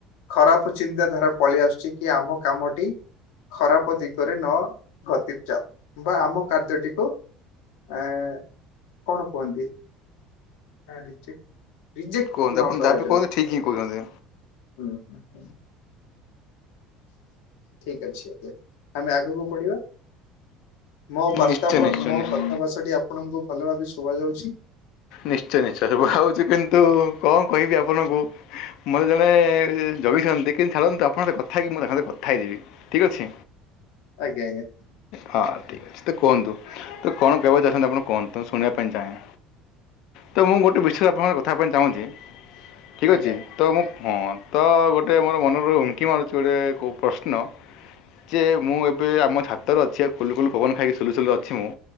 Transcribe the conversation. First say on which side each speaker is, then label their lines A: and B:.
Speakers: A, on the left; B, on the left.
A: ଖରାପ ଚିନ୍ତା ଧାରା ପଳେଇ ଆସୁଛି କି ଆମ କାମଟି ଖରାପ ଦିଗରେ ନ ଗତି ପ ଚାଉ ବା ଆମ କାର୍ଯ୍ୟଟିକୁ ଏ କଣ କୁହନ୍ତି ହ ରିଜେଟ ରିଜେକ୍ଟ
B: କୁହନ୍ତୁ
A: ନ
B: ଆପଣ
A: କରାଯାଉ
B: ଯାହା ବି କୁହନ୍ତୁ ଠିକ୍ ହିଁ କହୁଛନ୍ତି
A: ହୁଁ ହୁଁ। ଠିକ ଅଛି ଆଜ୍ଞା ଆମେ ଆଗକୁ ବଢିବା। ମୋ ବାର୍ତ୍ତା
B: ନିଶ୍ଚୟ
A: ପଳ
B: ନିଶ୍ଚୟ
A: ମୋ
B: ନିଶ୍ଚୟ
A: କଥା ଭାଷା ଟି ଆପଣଙ୍କୁ ଭଲ ଭାବେ ଶୁଭା ଯାଉଛି।
B: ନିଶ୍ଚୟ ନିଶ୍ଚୟ ଶୁଭା ହଉଚି କିନ୍ତୁ କଣ କହିବି ଆପଣଙ୍କୁ ମୋତେ ଜଣେ ଜଗିଚନ୍ତି କିନ୍ତୁ ଛାଡ଼ନ୍ତୁ ଆପଣଙ୍କ ସହିତ କଥା ହେଇକି ମୁଁ ତାଙ୍କ ସହି କଥା ହେଇଯିବି। ଠିକ ଅଛି
A: ଆଜ୍ଞା ଆଜ୍ଞା
B: ହ। ଠିକ ଅ ତ କୁହନ୍ତୁ ତୁ କଣ କହିବା ପାଇଁ ଚାହାଁନ୍ତି ଆପଣ କୁହନ୍ତୁ ଶୁଣିବା ପାଇଁ ଚାହେଁ। ତ ମୁଁ ଗୋଟେ ବିସୟ ଆପଣଙ୍କ ସାଙ୍ଗରେ କଥା ପାଇଁ ଚାହୁଁଛି ଠିକ୍
A: ଆଜ୍ଞା
B: ଅଛି। ତ ମୁଁ ହଁ ତ ଗୋଟେ ମୋର ମନରୁ ଉଙ୍କି ମାରୁଛି ଗୋଟେ କୋଉ ପ୍ରଶ୍ନ ଯେ ମୁଁ ଏବେ ଆମ ଛାତରେ ଅଛି ଆକୁ କୁଲୁ କୁଲୁ ପବନ ଖାଇକି ଶୁଲୁସୁଲୁ ଅଛି ମୁଁ